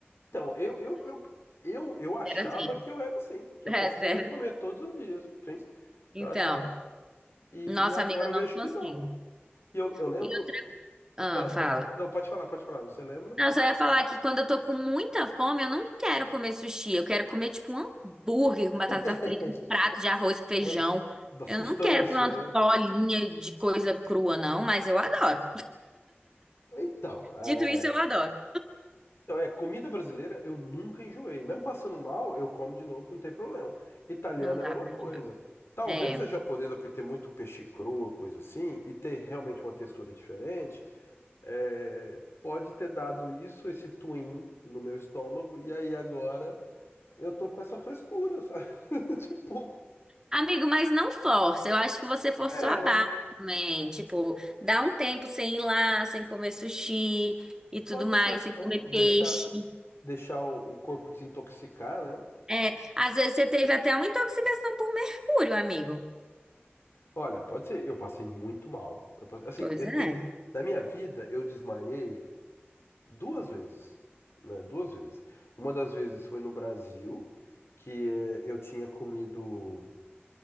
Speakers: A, on the left; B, on the right.
A: então, eu, eu, eu, eu, eu achava
B: Era assim. <laughs>
A: que eu era assim, que eu
B: É,
A: conseguiria
B: sério.
A: comer todos os dias, sim.
B: Então,
A: Eu achava, e,
B: nossa
A: e agora
B: amiga, eu
A: eu
B: não
A: vejo
B: consigo.
A: que não. E eu, eu lembro.
B: E eu- ah,
A: Ah,
B: fala.
A: pode, não, pode falar, pode falar, você lembra?
B: Não, Eu só ia falar que quando eu tô com muita fome, eu não quero comer sushi. Eu quero comer, tipo, um hambúrguer com
A: <laughs>
B: batata frita, um prato de arroz com feijão.
A: Uma- da sustância,
B: Eu não quero comer umas
A: né?
B: bolinhas de coisa crua, não, mas eu adoro.
A: Então, é,
B: Dito isso, eu adoro.
A: então, é, comida brasileira eu nunca enjoei. Mesmo passando mal, eu como de novo que não tem problema. Italiana
B: Não dá
A: é a mesma
B: pra
A: coisa.
B: jogar.
A: Talvez
B: É.
A: a japonesa, por ter muito peixe cru, coisa assim, e ter realmente uma textura diferente, é, pode ter dado isso, esse twin no meu estômago, e aí agora eu tô com essa frescura, sabe? <laughs> Tipo,
B: Amigo, mas não força. Eu acho que você forçou
A: é,
B: a barra também. Tipo, dá um tempo sem ir lá, sem comer sushi e tudo
A: pode
B: mais,
A: ser,
B: sem
A: né?
B: comer
A: Deixar,
B: peixe.
A: deixar o o corpo desintoxicar, né?
B: É, às vezes você teve até uma intoxicação por mercúrio, amigo.
A: Olha, pode ser. Eu passei muito mal. Eu passe- Assim,
B: Pois
A: eu
B: é.
A: teve. Na minha vida, eu desmaiei duas vezes. Né? Duas vezes. Uma das vezes foi no Brasil, que eh, eu tinha comido.